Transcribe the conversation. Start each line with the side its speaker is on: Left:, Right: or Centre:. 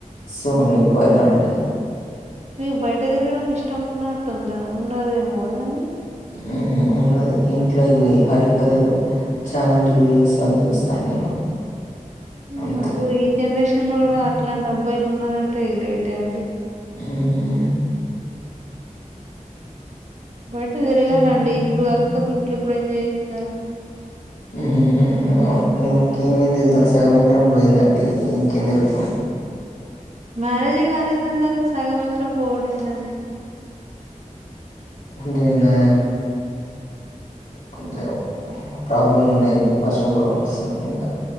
Left: సో అ ఎక్కువ వెళ్ళ అండి
Right: మీకు బయట తిరగడం ఇష్టం ఉన్నట్టుందా ఉండదేమో కదండి
Left: ఊహు ఏం కాదు ఇంట్లో ఇవి హరికథలు చాగంటి వీడియోస్ అవి చూస్తాను నేను
Right: మ్మ్
Left: అంతే.
Right: అబ్బో ఈ జనరేషన్ లో కూడా
Left: హ్మ్.
Right: అట్లాంటబ్ మొబైల్ ఉన్నారంటే గ్రేట్ ట్టే అండి
Left: మ్మ్
Right: బయట తిరగాలండి
Left: హ్మ్.
Right: ఇప్పుడు
Left: హ్మ్.
Right: కాకపోతే ఇంకెప్పుడు ఎంజాయ్ చెత్తారు
Left: ఊహు హూ అవును ఇంకేం దెల్తది సగం ఎకరం పోయిందండి ఇంకేంది రూపం
Right: మ్యారేజే కాలేదన్నరు సగం విక్రమ్ బోడు ఏందండి
Left: అంతేనా పజవు <inaudible> ప్రాబ్లమ్ ఉన్నది పర్సనల్ ప్రాబ్లమ్స్ ఇంగా